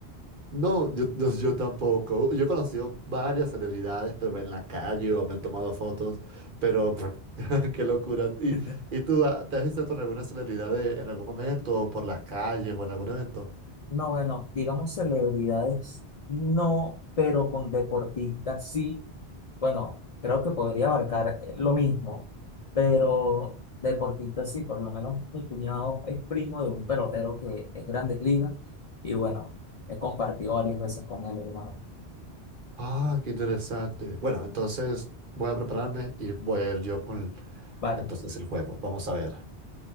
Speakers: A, on the right (about 55°); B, on the left (about 60°).
A: No, yo, yo, yo tampoco. Yo he conocido varias celebridades, pero en la calle o me he tomado fotos, pero pff, <laughs> qué locura. ¿Y,
B: <laughs>
A: y tú ah, te has visto con alguna celebridad de- en algún momento, o por las calles o en algún evento?
B: No, bueno, digamos celebridades, no, pero con deportistas sí. Bueno, creo que podría abarcar eh, lo mismo, pero deportistas sí, por lo menos mi cuñado es primo de un pelotero que es Grandes Ligas y bueno, he compartido varias veces con él, hermano.
A: Ah, qué interesante. Bueno, entonces voy a prepararme y voy a ir yo con
B: Vale.
A: entonces el juego. Vamos a ver.